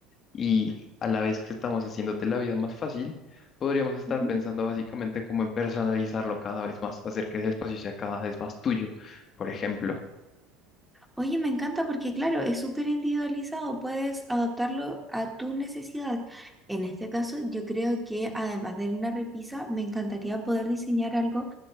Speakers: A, on the left; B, in the centre.
A: y a la vez que estamos haciéndote la vida más fácil, podríamos estar
B: ujú.
A: pensando básicamente como en personalizarlo cada vez más, hacer que ese espacio sea cada vez más tuyo, por ejemplo.
B: Oye, me encanta porque claro, es súper individualizado, puedes adaptarlo a tus necesidades. En este caso, yo creo que además de una repisa, me encantaría poder diseñar algo